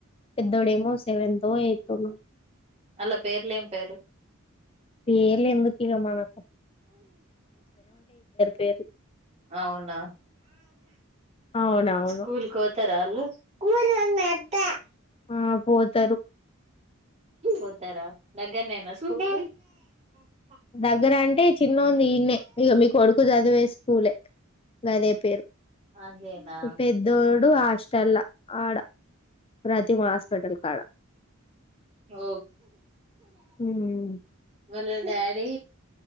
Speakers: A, on the left; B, on the right.
A: పెద్దోడేమో సెవెంత ఎతు మ
B: అలా పేర్లేం పేరు
A: పేలే ఎందుకుగా మనకం పేర్లు
B: అవునా
A: అవునవును
B: స్కూల్కితారా అ న్నద్ద
A: ఆ పోతారు
B: పోతార దగ్గనేనా స్కూల్ ఆ
A: దగ్గరం అంటే చిన్నోన్డి ఇన్నే ఇగా మీకు కొడుకు చదివే స్కూలే గదే పేరు
B: అదేనా
A: పెద్దోడు హాస్టల్లా ఆడ ప్రతిమ హాస్పిటల్ కాడ
B: ఓ
A: హ్మ్
B: వాళ్ళది డాడీ